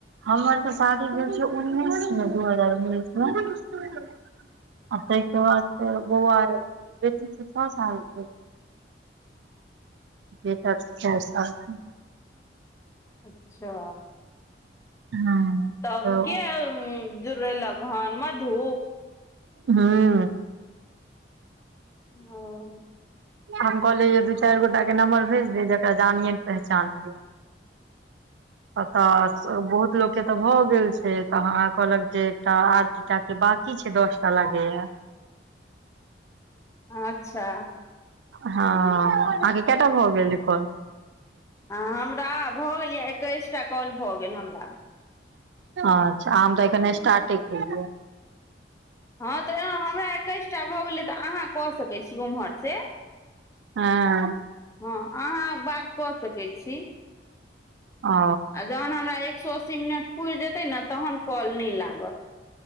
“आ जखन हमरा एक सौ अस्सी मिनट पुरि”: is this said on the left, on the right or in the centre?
Left